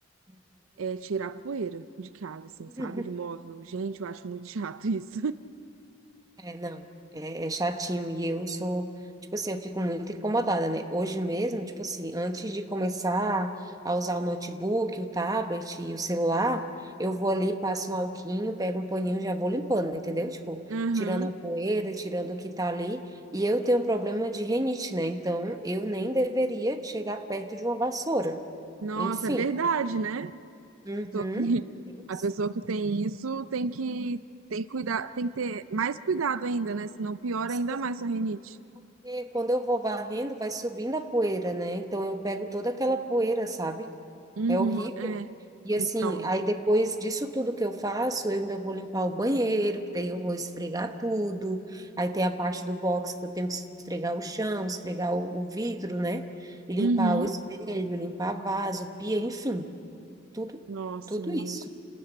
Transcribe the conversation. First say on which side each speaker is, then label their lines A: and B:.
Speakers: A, on the right; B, on the right.
A: Uhum.
B: é tirar poeira de casa, assim,
A: <laughs>
B: sabe? De móvel. Gente, eu acho muito chato isso.
A: É, não, é, é chatinho e eu sou, tipo assim, eu fico muito incomodada, né? Hoje mesmo, tipo assim, antes de começar a usar o notebook, o tablet e o celular, eu vou ali, passo um alquinho, pego um paninho, e já vou limpando, entendeu? Tipo,
B: <laughs> Aham.
A: tirando a poeira, tirando o que tá ali. E eu tenho um problema de rinite, né? Então, eu nem deveria chegar perto de uma vassoura.
B: Nossa,
A: E Sim.
B: é verdade, né?
A: Uhum.
B: pessoa que,
A: Isso.
B: a pessoa que tem isso tem que, tem que cuidar, tem que ter mais cuidado ainda, né? Senão piora
A: Sim,
B: ainda mais a rinite.
A: porque quando eu vou varrendo, vai subindo a poeira, né? Então eu pego toda aquela poeira, sabe?
B: Uhum,
A: É horrível.
B: é.
A: E
B: Então,
A: assim, aí depois disso tudo que eu faço, eu ainda vou limpar o banheiro, que daí eu vou esfregar tudo. Aí tem a parte do box que eu tenho que esfregar o chão, esfregar o, o vidro, né? E limpar
B: uhum.
A: o espelho, limpar vaso, pia, enfim, tudo,
B: Nossa,
A: tudo
B: menino,
A: isso.